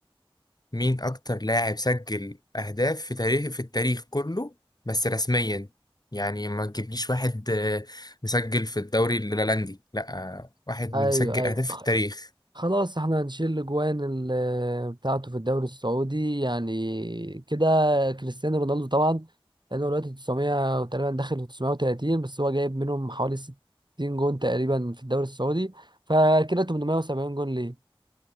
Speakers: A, on the left; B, on the right.
A: مين أكتر لاعب سجل أهداف في تاريخ في التاريخ كله بس رسميا يعني ما تجيبليش واحد آه، مسجل في الدوري الهولندي لا آه، واحد
B: ايوه
A: مسجل
B: ايوه
A: أهداف في التاريخ
B: خلاص احنا هنشيل الاجوان ال- بتاعته في الدوري السعودي يعني كده كريستيانو رونالدو طبعا لانه دلوقتي 900 تقريبا داخل في 930 بس هو جايب منهم حوالي 60 جون تقريبا في الدوري السعودي فكده 870 جون ليه